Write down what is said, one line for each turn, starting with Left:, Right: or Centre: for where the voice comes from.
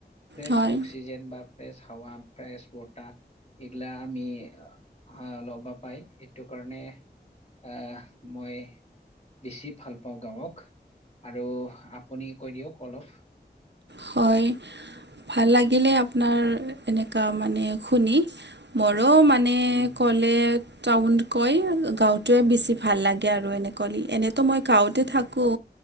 Left: ফ্ৰেচ
Right: হয়
Left: অক্সিজেন বা ফ্ৰেছ হাৱা ফ্ৰেছ বতাহ এইগিলা আমি আহ ল'বা পাই সেইটো কাৰণে আহ মই বেছি ভাল পাওঁ গাঁৱক আৰু আপুনি কৈ দিয়ক অলপ
Right: হয়। ভাল লাগিলে আপোনাৰ এনেকুৱা মানে শুনি মোৰো মানে এনে
Left: উম
Right: ক'লে টাউন কয় গাওঁতোৱে বেছি
Left: উম
Right: ভাল লাগে আৰু এনে কলে এনে তো মই গাঁৱতে
Left: উম
Right: থাকোঁ